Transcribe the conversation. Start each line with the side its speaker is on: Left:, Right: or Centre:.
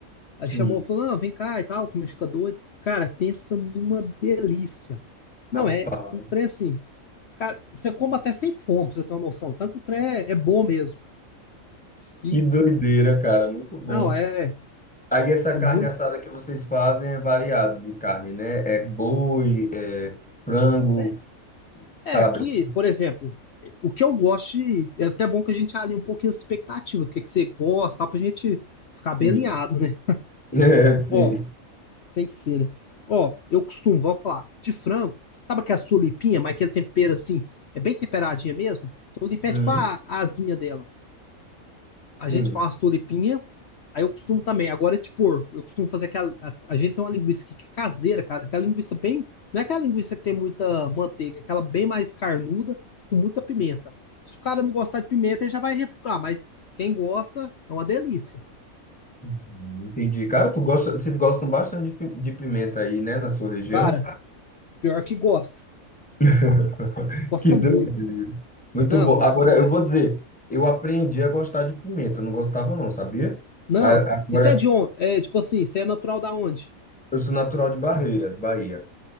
Left: Aí
Centre: Sim.
Left: chamou, falou, não, vem cá e tal, como eu fica doido. Cara, pensa numa delícia. Não,
Centre: Rapaz.
Left: é um trem assim. Cara, você come até sem fome, pra você ter uma noção. Tanto que o trem é, é bom mesmo. E,
Centre: Que doideira, cara. Muito bom.
Left: não, é,
Centre: Aí essa
Left: é
Centre: carne
Left: muito.
Centre: assada que vocês fazem é variado de carne, né? É boi, é frango,
Left: É, é
Centre: calabresa.
Left: aqui, por exemplo, o que eu gosto, de- é até bom que a gente alinhe um pouquinho a expectativa do que, que você gosta, tal, pra gente ficar
Centre: Sim.
Left: bem alinhado, né?
Centre: <laughs> É, sim.
Left: Ó, Tem que ser, né? Ó, eu costumo, vamos falar, de frango, sabe aquelas tulipinha, mas aquele tempero assim, é bem temperadinha mesmo? Tulipinha
Centre: Uhum.
Left: é tipo a, a asinha dela.
Centre: Sim.
Left: A gente faz tulipinha, aí eu costumo também, agora é tipo, eu costumo fazer aquela, a, a gente tem uma linguiça aqui que é caseira, cara, aquela linguiça bem, não é aquela linguiça que tem muita manteiga, é aquela bem mais carnuda, com muita pimenta. Se o cara não gostar de pimenta, ele já vai refugar, mas quem gosta, é uma delícia.
Centre: Hum, Entendi. Cara, tu gosta, vocês gostam bastante de pi- de pimenta aí, né, na sua região?
Left: Cara, pior que gosta.
Centre: <laughs>
Left: Gosta
Centre: Que doideira.
Left: muito.
Centre: Muito
Left: Não,
Centre: bom.
Left: gosta
Centre: Agora,
Left: demais.
Centre: eu vou dizer, eu aprendi a gostar de pimenta, não gostava não, sabia?
Left: Não,
Centre: A- Agora,
Left: isso é de onde? É tipo assim, você é natural da onde?
Centre: eu sou natural de Barreiras, Bahia.